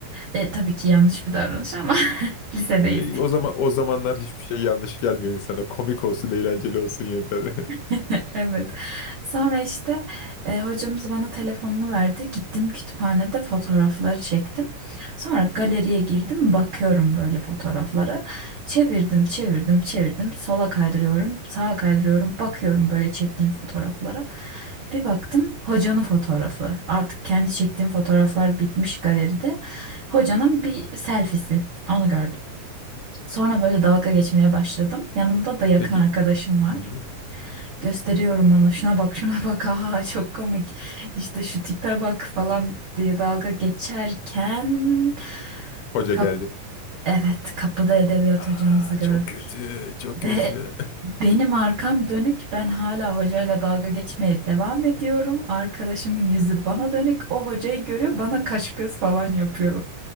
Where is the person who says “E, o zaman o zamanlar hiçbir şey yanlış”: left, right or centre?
Left